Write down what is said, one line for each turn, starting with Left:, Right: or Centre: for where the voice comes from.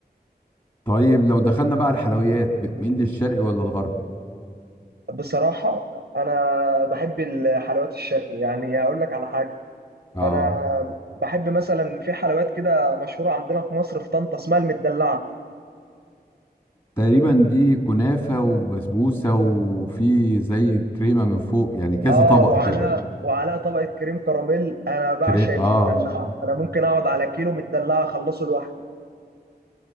Left: طيب لو دخلنا بقى الحلويات بتميل للشرقي ولا الغربي
Right: بصراحة أنا بحب الحلويات الشرقي يعني أقول لك على حاجة
Left: اه
Right: أنا بحب مثلا في حلويات كده مشهورة عندنا في مصر في طنطا اسمها المدلعة
Left: تقريبا دي كنافه وبسبوسه وفي زي كريمه من فوق يعني كذا
Right: آه
Left: طبق
Right: وعلى
Left: كده
Right: وعلى طبقة كريم كراميل أنا بعشق
Left: كري...
Right: المدلعة
Left: اه
Right: أنا ممكن أقعد على كيلو مدلعة أخلصه لوحدي